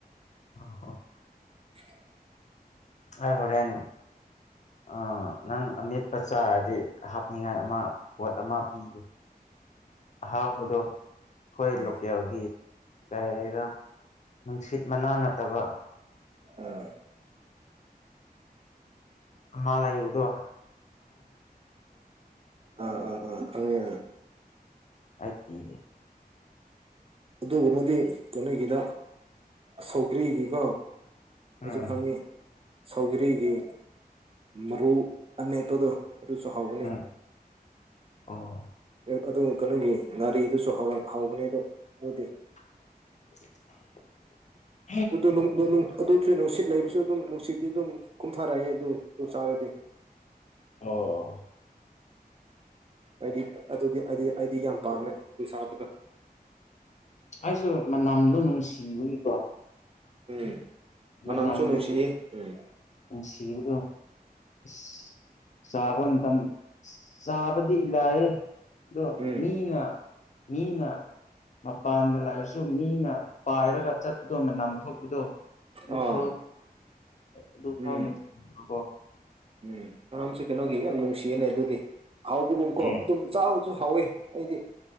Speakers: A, on the left; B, on the right.
A: ꯑ ꯍ <inaudible>
B: <inaudible>
A: ꯑꯩ ꯍꯣꯔꯦꯟ ꯑ ꯅꯪ ꯑꯃꯦꯠꯄ ꯆꯥꯔꯗꯤ ꯍꯥꯞꯅꯤꯡꯉꯥꯏ ꯑꯃ ꯄꯣꯠ ꯑꯃ ꯄꯤꯒꯦ ꯑꯍꯥꯎꯕꯗꯣ ꯑꯩꯈꯣꯏ
B: ꯎꯝ
A: ꯂꯣꯀꯦꯜꯒꯤ ꯀꯔ ꯅꯨꯡꯁꯤꯠ ꯃꯅꯥ ꯅꯠꯇꯕ
B: ꯎꯝ
A: ꯎꯝ ꯂꯩꯕꯗꯨꯗꯣ
B: ꯑꯥ ꯑꯥ ꯑꯥ ꯈꯪꯉꯦ ꯑꯥ
A: ꯑꯩ ꯄꯤꯒꯦ
B: ꯑꯗꯨꯒꯃꯗꯤ ꯀꯩꯅꯣꯒꯤꯗ ꯁꯧꯒ꯭ꯔꯤꯒꯤꯀꯣ ꯑꯩꯁꯨ
A: ꯎꯝ
B: ꯈꯪꯉꯤ ꯁꯧꯒꯔꯤꯒꯤ ꯃꯔꯨ ꯑꯅꯦꯠꯇꯨꯗꯣ ꯑꯗꯨꯁꯨ ꯍꯧꯒꯅꯤ
A: ꯎꯝ ꯑꯣ
B: ꯑꯗꯨ ꯀꯩꯅꯣꯒꯤ ꯒꯥꯥꯔꯤꯗꯨꯁꯨꯔ ꯍꯧꯒꯅꯤ ꯑꯗꯣ ꯑꯗꯨꯗꯤ
A: <unintelligible>
B: ꯑꯗꯨ ꯑꯗꯨ ꯅꯨꯡꯁꯤꯠ ꯂꯩꯕꯁꯨ ꯑꯗꯨꯝ ꯅꯨꯡꯁꯤꯠꯇꯤ ꯑꯗꯨꯝ ꯀꯨꯝꯊꯥꯔꯛꯑꯦ ꯑꯗꯨ ꯑꯗꯨ ꯆꯥꯔꯗꯤ
A: ꯑꯣ
B: ꯑꯩꯗꯤ ꯑꯗꯨꯗꯤ ꯑꯩꯗꯤ ꯑꯩꯗꯤ ꯌꯥꯝ ꯄꯥꯝꯃꯦ ꯑꯗꯨ ꯁꯥꯕꯗꯣ
A: ꯑꯩꯁꯨ ꯃꯅꯝꯗꯣ ꯅꯨꯡꯁꯤꯕꯒꯤꯀꯣ
B: ꯎꯝ ꯃꯅꯝꯁꯨ
A: ꯃꯅꯝ
B: ꯅꯨꯡꯁꯤꯌꯦ ꯎꯝ
A: ꯅꯨꯡꯁꯤꯕꯗꯣ ꯑ ꯆꯥꯕ ꯃꯇꯝ ꯆꯥꯕꯗꯤ ꯂꯥꯏꯑꯦ ꯗꯣ
B: ꯎꯝ
A: ꯃꯤꯅ ꯃꯤꯅ ꯃꯄꯥꯟꯗ ꯂꯩꯥꯔꯁꯨ ꯃꯤꯅ ꯄꯥꯏꯔꯒ ꯆꯠꯄꯗꯣ ꯃꯅꯝ ꯊꯣꯛꯄꯗꯣ ꯑꯗꯨ
B: ꯑꯥ
A: ꯐꯥꯎ ꯑꯗꯨ ꯐꯥꯎ
B: ꯎꯝ
A: ꯅꯨꯃꯤꯀꯣ <inaudible>
B: ꯎꯝ ꯃꯔꯝꯁꯦ ꯀꯩꯅꯣꯒꯤ ꯌꯥꯝ ꯅꯨꯡꯁꯤꯌꯦꯅꯦ ꯑꯗꯨꯗꯤ ꯍꯥꯎꯕꯒꯨꯝ ꯀꯣ
A: ꯎꯝ
B: ꯑꯗꯨꯝ ꯆꯥꯕꯁꯨ ꯍꯥꯎꯋꯦ ꯑꯩꯗꯤ